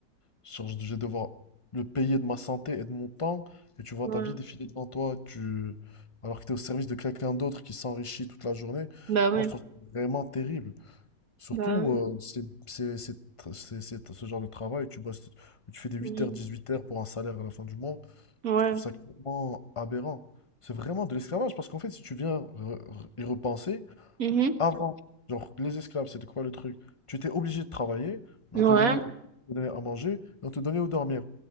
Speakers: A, on the left; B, on the right.
A: sur- je vais devoir le payer de ma santé et de mon temps. Et tu vois
B: ouais.
A: ta vie défiler devant toi, tu, alors que tu es au service de quelqu'un d'autre qui s'enrichit toute la journée.
B: Bah ouais,
A: Moi, je trouve ça vraiment terrible. Surtout,
B: bah ouais.
A: euh, c'est, c'est, c'est, tr- c'est- c'est ce genre de travail, tu bosses, tu fais des huit
B: Mm.
A: heures, dix-huit heures pour un salaire à la fin du mois.
B: Ouais.
A: Je trouve ça tellement aberrant. C'est vraiment de l'esclavage parce qu'en fait, si tu viens re- re- y repenser,
B: Mhm.
A: avant, genre, les esclaves, c'était quoi le truc? Tu étais obligé de travailler, mais
B: Ouais,
A: on te donnait, on te donnait à manger et on te donnait où dormir.